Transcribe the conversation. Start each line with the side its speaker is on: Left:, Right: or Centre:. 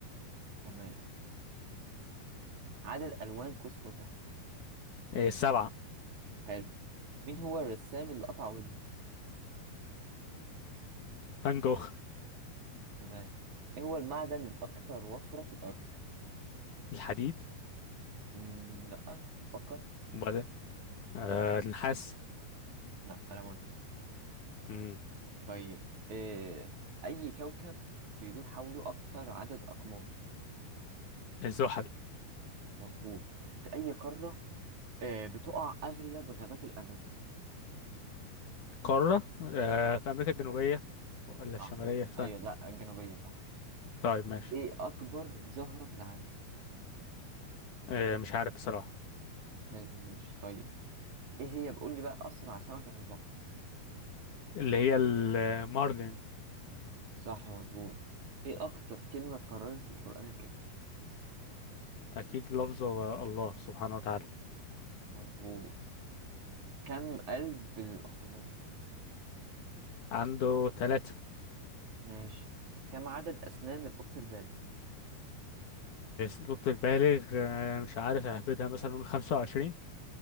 Right: تمام عدد ألوان قوس قزح
Left: إيه السبعة
Right: حلو مين هو الرسام اللي قطع ودنه؟
Left: فان جوخ
Right: تمام ايه هو المعدن الاكثر وفرة في الارض
Left: الحديد
Right: مم، لا فكر
Left: وبعدين آه النحاس
Right: لا ألمون
Left: مم.
Right: طيب إيه أي كوكب بيدور حوله أكتر عدد أقمار
Left: الزحل
Right: مظبوط في أي قارة إيه بتقع أغلب غابات الأمازون
Left: القارة آه في أمريكا الجنوبية ولا الشمالية
Right: صح
Left: ثانية
Right: أيوة لا الجنوبية صح
Left: طيب ماشي
Right: إيه أكبر زهرة في العالم
Left: إيه مش عارف الصراحة
Right: حلو ماشي طيب إيه هي بقول لي بقى أسرع سمكة في البحر
Left: اللي هي المارلين
Right: صح مظبوط إيه أكتر كلمة اتكررت في القرآن الكريم
Left: أكيد لفظ الله سبحانه وتعالى
Right: مظبوط كم قلب للأخطبوط
Left: عنده ثلاثة
Right: ماشي كم عدد أسنان القط البالغ
Left: الضد البالغ آه، مش عارف اهبدها مثلا نقول خمسة وعشرين